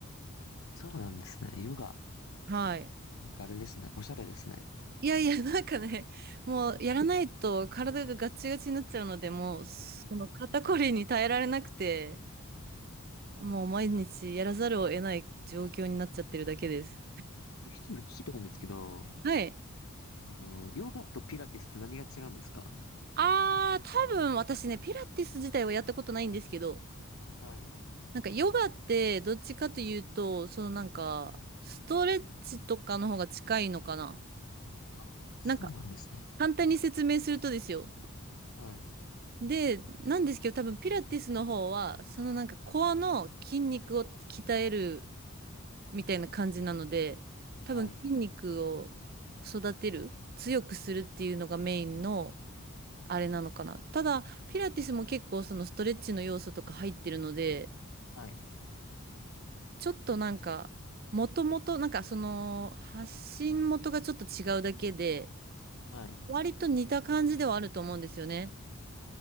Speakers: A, on the left; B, on the right.
A: そうなんですね。ヨガ。
B: はい。
A: なんかあれですね。おしゃれですね。
B: いやいや、なんかね、<laughs> もうやらないと体がガチガチになっちゃうので、もうその肩こりに耐えられなくて、もう毎日やらざるを得ない状況になっちゃってるだけです。
A: あ一つ聞きたいんですけど、
B: はい。
A: あの、ヨガとピラティスって何が違うんですか
B: あー、多分私ね、ピラティス自体はやったことないんですけど、
A: はい。
B: なんかヨガってどっちかというと、そのなんかストレッチとかの方が近いのかな。
A: あ、そうなんですね。
B: なんか簡単に説明するとですよ。
A: はい。
B: で、なんですけど多分ピラティスの方は、そのなんかコアの筋肉を鍛えるみたいな感じなので、多分筋肉を育てる、
A: はい。
B: 強くするっていうのがメインのあれなのかな。ただ、ピラティスも結構そのストレッチの要素とか入ってるので、
A: はい。
B: ちょっとなんか、もともと、なんかその、発信元がちょっと違うだけで、
A: はい。
B: 割と似た感じではあると思うんですよね。